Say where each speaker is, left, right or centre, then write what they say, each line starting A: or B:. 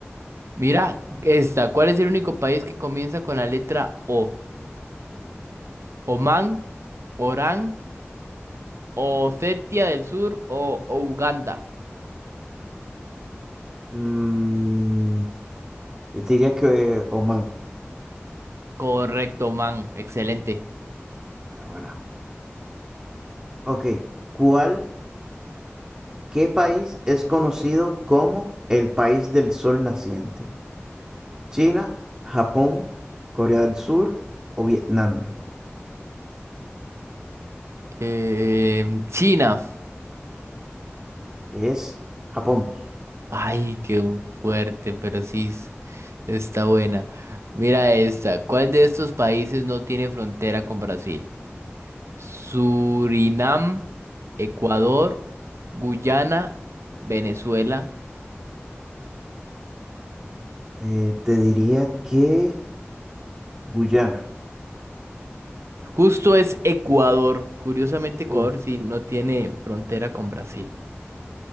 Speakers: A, on the right; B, on the right.
A: Mira esta. ¿Cuál es el único país que comienza con la letra O? ¿Oman, Orán, Osetia del Sur o, o Uganda?
B: Mm, yo te diría que Oman.
A: Correcto, man. Excelente.
B: Bueno, bueno. Ok, ¿cuál, qué país es conocido como el país del sol naciente? China, Japón, Corea del Sur o Vietnam.
A: Em, China.
B: Es Japón.
A: Ay, qué fuerte, pero sí es- está buena. Mira esta. ¿Cuál de estos países no tiene frontera con Brasil? Surinam, Ecuador, Guyana, Venezuela.
B: Eh, te diría que Guyana.
A: Justo es Ecuador. Curiosamente, Ecuador
B: Uh,
A: sí no tiene frontera con Brasil.